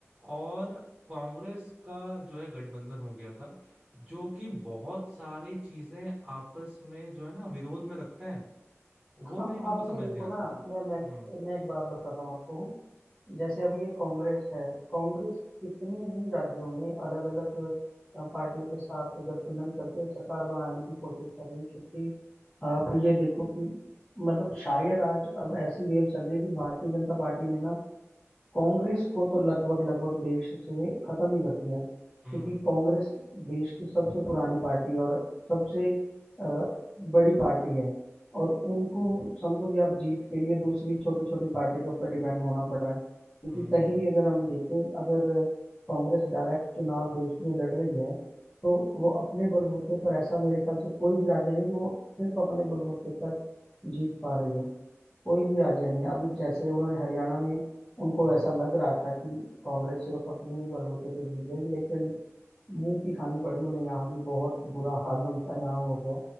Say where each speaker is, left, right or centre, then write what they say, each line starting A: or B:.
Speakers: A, on the right; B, on the left.
A: और कांग्रेस का जो है गठबंधन हो गया था जो कि बहुत सारी चीजें आपस में जो है ना विरोध में रखते हैं वो
B: हाँ
A: मुझे बिल्कुल
B: आप
A: समझ
B: ये देखो
A: नहीं आता
B: ना
A: था
B: मैं मैं
A: हम्म
B: मैं एक बात बताता हूँ आपको जैसे अब ये कांग्रेस है कांग्रेस कितने ही राज्यों में अलग अलग पार्टियों के साथ गठबंधन करके सरकार बनाने की कोशिश कर रही है क्योंकि आप ये देखो कि मतलब शायद आज अब ऐसी वेव चल रही है कि भारतीय जनता पार्टी ने ना कांग्रेस को तो लगभग लगभग देश से खत्म ही कर दिया है।
A: हम्म
B: क्योंकि कांग्रेस देश की सबसे पुरानी पार्टी और सबसे अ, बड़ी पार्टी है और उनको समझो कि आप जीत के लिए दूसरी छोटी छोटी पार्टी के ऊपर डिपेंड होना पड़ रहा है क्योंकि
A: हम्म
B: कहीं भी अगर हम देखें अगर कांग्रेस डायरेक्ट चुनाव देश में लड़ रही है तो वो अपने बलबूते पर ऐसा मेरे ख्याल से कोई भी राज्य नहीं जो वो सिर्फ अपने बलबूते पर जीत पा रही हो कोई भी राज्य नहीं है। अभी जैसे उन्होंने हरियाणा में उनको
A: हम्म
B: ऐसा लग रहा था कि कांग्रेस सिर्फ अपने ही बलबूते पे जीत जाएगी लेकिन मुंह की खानी पड़ी उन्हें यहाँ भी बहुत बुरा हाल उनका यहाँ हो गया